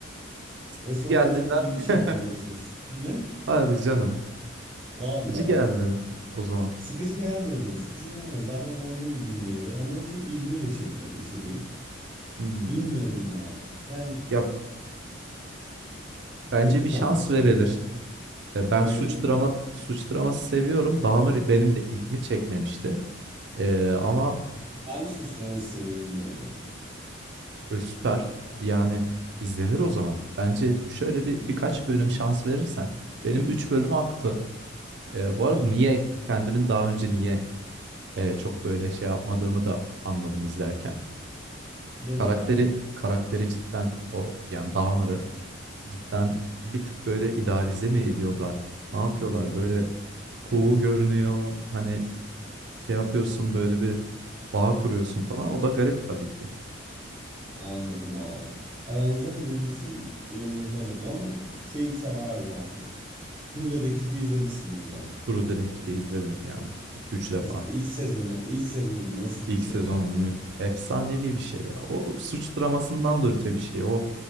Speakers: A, on the right; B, on the right.
A: Sıkıcı
B: Ve sonra
A: geldiğinden
B: da çok ilgimi çekmedi
A: mi?
B: açıkçası. Ne?
A: <laughs> Hadi canım.
B: Valla.
A: Sıkıcı geldi o zaman.
B: Sıkıcı gelmedi. Sıkıcı gelmedi. Zaten yorgun bir gündeydi ama çok ilgimi de çekmedi içeriği.
A: Hmm.
B: Bilmiyorum ya. Yani
A: Ya bence
B: e, lütfen
A: bir şans
B: söyle.
A: verilir. E, ben
B: <laughs> Verilir
A: suç
B: mi?
A: drama suç draması seviyorum. Dahmer benim de ilgimi çekmemişti. E, ama
B: Ben de suçlamayı seviyorum bu arada.
A: E, süper. Yani, izlenir o zaman. Bence şöyle bir
B: Hı.
A: birkaç bölüm
B: Hı.
A: şans verirsen. Benim 3 bölüm aktı. Eee, bu arada
B: Hı.
A: niye kendimin daha önce niye, eee, çok böyle şey yapmadığımı da anladım izlerken.
B: Nedir
A: Karakteri
B: abi?
A: karakteri cidden o, yani, Dahmer'ı cidden bir tık böyle idealize mi ediyorlar? Ne yapıyorlar? Böyle cool
B: Hı.
A: görünüyor. Hani, şey yapıyorsun, böyle bir bağ kuruyorsun falan. O da garip tabii ki.
B: Anladım abi. Ya ben izlemediğim için yorum yapamadım ama şey severdim abi. Tur Dedektifi izlemişsindir zaten.
A: True Detective'i izledim yani iki üç defa.
B: Mesela ilk sezonu, ilk sezonu nasıl
A: İlk
B: bir şey
A: sezonu
B: ya?
A: mu? Efsanevi bir şey ya. O suç dramasından da öte bir şey. O